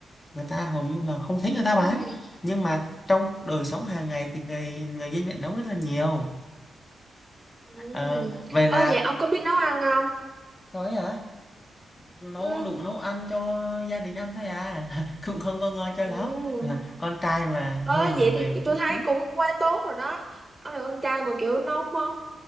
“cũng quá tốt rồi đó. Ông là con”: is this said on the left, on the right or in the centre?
Right